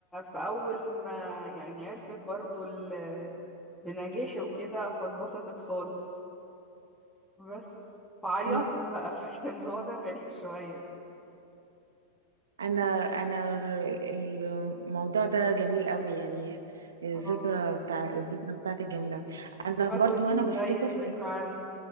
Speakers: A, in the centre; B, on the right.
A: فاول ما يعني عرفت برضه ال... بنجاحي وكده فاتبسطت خالص بس فعيطت
B: قوي
A: بقى <laughs> فكان الوضع غريب شوية
B: انا انا ال- الموضوع ده جميل قوي يعني الذكرى
A: اه
B: بتاع الذكرى بتاعتك جميلة انا
A: وهتقولي
B: برضو وانا
A: لي
B: بفتكر
A: طيب ذكرى عنك